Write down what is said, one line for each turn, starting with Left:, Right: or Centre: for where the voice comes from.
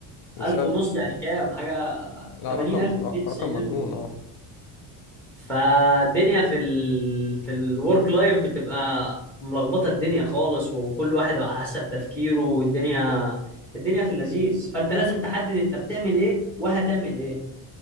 Left: وشال
Centre: الف ونص يعني كام حاجة
Left: لا
Centre: 80000
Left: رقم
Centre: جنيه
Left: ر-
Centre: 90000
Left: رقم مجنون
Centre: جنيه
Left: اه
Centre: فالدنيا في ال... في الورك لايف بتبقى ملخبطه الدنيا خالص وكل واحد على حسب تفكيره والدنيا الدنيا في اللذيذ فانت لازم تحدد انت بتعمل ايه وهتعمل ايه